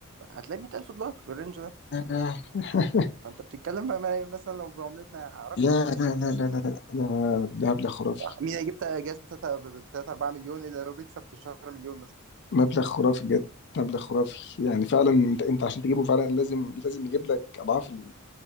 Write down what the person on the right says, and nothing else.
هتلاقي 100000 دولار في الرينج ده
فانت بتتكلم بقى ما- مثلا لو بعملتنا رقم
كبير
جدا
مين هيجيب جهاز ب 3 4 مليون الا لو بيكسب في الشهر مليون مثلا